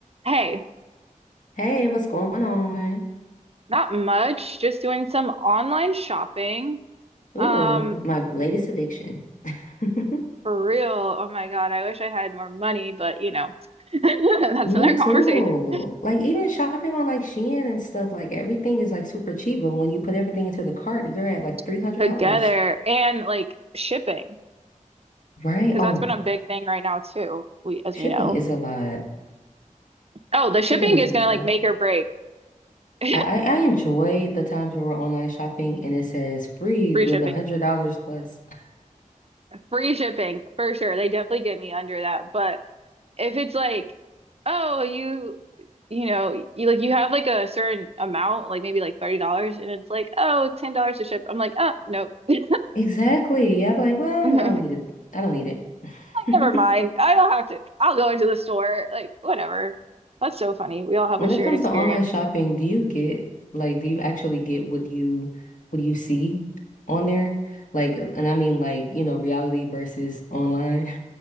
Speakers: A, on the right (about 45°); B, on the left (about 70°).
A: Hey,
B: Hey, what's going on?
A: not much. Just doing some online shopping. Um,
B: Ooh, my latest addiction. <laughs>
A: for real. Oh my God, I wish I had more money, but you know, <laughs> that's
B: Me
A: another
B: too.
A: conversation
B: Like even shopping on like Shein and stuff, like everything is like super cheap, but when you put everything into the cart, you're at like $300,
A: <laughs> together. And like shipping,
B: right?
A: because
B: Oh,
A: that's been a big thing right now too, we as
B: shipping
A: we know.
B: is a lot.
A: Oh, the
B: Shipping
A: shipping
B: is
A: is
B: always
A: gonna like
B: a lot.
A: make or break. <laughs>
B: I I, I enjoy the times when we're online shopping and it says free
A: Free
B: with
A: shipping.
B: a $100 plus. <laughs>
A: Free shipping for sure. They definitely get me under that. But if it's like, oh, you, you know, you like you have like a certain amount, like maybe like $30, and it's like, oh, $10 to ship. I'm like, oh, nope. <laughs>
B: Exactly. Yeah, I'm like, well,
A: Like,
B: I don't need it. I don't need it.
A: never mind.
B: <laughs>
A: I don't have to. I'll go into the store. Like, whatever. That's so funny. We all have
B: When
A: a shared
B: it comes
A: experience.
B: to online shopping, do you get like do you actually get what you what you see on there? Like, uh, and I mean like, you know, reality versus online.